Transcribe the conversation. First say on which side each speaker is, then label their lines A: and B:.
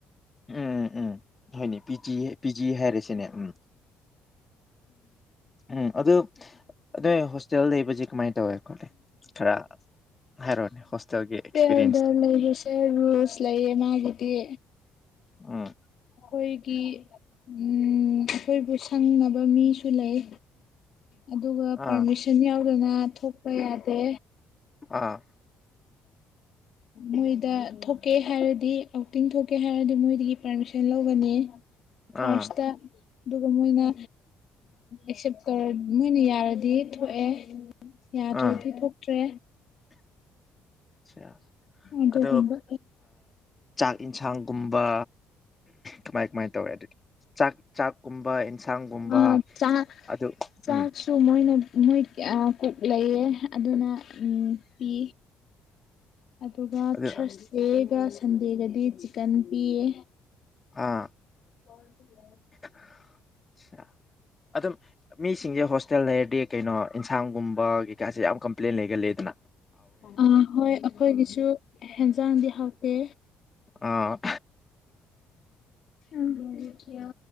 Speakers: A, on the left (about 25°); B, on the left (about 55°).
A: ꯎꯝ ꯎꯝ ꯍꯣꯏꯅꯦ ꯄꯤ ꯖꯤ ꯄꯤ ꯖꯤ ꯍꯥꯏꯔꯁꯤꯅꯦ ꯎꯝ ꯎꯝ ꯑꯗꯨ ꯅꯣꯏ ꯍꯣꯁꯇꯦꯜ ꯂꯩꯕꯁꯦ ꯀꯃꯥꯏꯅ ꯇꯧꯋꯦ ꯈꯣꯠꯂꯦ ꯈꯔ ꯍꯥꯏꯔꯛꯑꯣꯅꯦ ꯍꯣꯁꯇꯦꯜꯒꯤ ꯑꯦꯛꯁꯄꯤꯔꯤꯌꯦꯟꯁꯇ
B: ꯇꯦꯜꯗ ꯂꯩꯁꯦ ꯔꯁ ꯂꯩꯌꯦ ꯃꯥꯒꯤꯗꯤ
A: ꯑ
B: ꯑꯩꯈꯣꯏꯒꯤ ꯎꯝ ꯑꯩꯈꯣꯏꯕꯨ ꯁꯪꯅꯕ ꯃꯤꯁꯨ ꯂꯩ ꯑꯗꯨꯒ
A: ꯑꯥ
B: ꯄꯔꯃꯤꯁꯟ ꯌꯥꯎ ꯑꯗꯨꯅ ꯊꯣꯛꯄ ꯌꯥꯗꯦ
A: ꯑꯥ
B: ꯃꯣꯏꯗ ꯊꯣꯛꯀꯦ ꯍꯥꯏꯔꯗꯤ ꯑꯥꯎꯇꯤꯡ ꯊꯣꯛꯀꯦ ꯍꯥꯏꯔꯗꯤ ꯃꯣꯏꯗꯒꯤ ꯄꯥꯔꯃꯤꯁꯟ ꯂꯧꯒꯅꯤ
A: ꯑꯥ
B: ꯐꯥꯔꯁꯇ ꯑꯗꯨꯒ ꯃꯣꯏꯅ ꯑꯦꯛꯁꯦꯞ ꯇꯧꯔ ꯃꯣꯏꯅ ꯌꯥꯔꯗꯤ ꯊꯣꯛꯑꯦ ꯌꯥꯗ꯭ꯔꯗꯤ
A: ꯑꯥ
B: ꯊꯣꯛꯇ꯭ꯔꯦ
A: ꯑ
B: ꯑꯗꯨꯒꯨꯝꯕ
A: ꯑꯗꯣ ꯆꯥꯛ ꯌꯦꯟꯁꯥꯡꯒꯨꯝꯕ ꯀꯃꯥꯏ ꯀꯃꯥꯏ ꯇꯧꯋꯦ ꯑꯗꯨꯗꯤ ꯆꯥꯛ ꯆꯥꯛꯀꯨꯝꯕ ꯏꯟꯁꯥꯡꯒꯨꯝꯕ
B: ꯑ ꯆꯥ
A: ꯑꯗꯨ
B: ꯆꯥꯁꯨ
A: ꯎꯝ
B: ꯃꯣꯏꯅ ꯃꯣꯏ ꯀꯛ ꯂꯩꯌꯦ ꯑꯗꯨꯅ ꯄꯤ ꯑꯗꯨꯒ
A: ꯑꯗꯨ
B: ꯊꯔꯁꯗꯦꯒ ꯁꯟꯗꯦꯒꯗꯤ ꯆꯤꯛꯀꯟ ꯄꯤꯌꯦ
A: ꯑꯥ
B: ꯀ ꯊ ꯌꯥꯅꯤ
A: ꯑꯆꯥ ꯑꯗꯨꯝ ꯃꯤꯁꯤꯡꯁꯦ ꯍꯣꯁꯇꯦꯜ ꯂꯩꯔꯗꯤ ꯀꯩꯅꯣ ꯏꯟꯁꯥꯡꯒꯨꯝꯕ ꯀꯩꯀꯥꯁꯦ ꯌꯥꯝ ꯀ ꯄ꯭ꯂ ꯂꯩꯒꯦꯗꯅ
B: ꯑ ꯍꯣꯏ ꯑꯩꯈꯣꯏꯒꯤꯁꯨ ꯍꯦꯟꯁꯥꯡꯗꯤ ꯍꯥꯎꯇꯦ
A: ꯑ
B: ꯍ ꯂꯩ ꯀꯌꯥ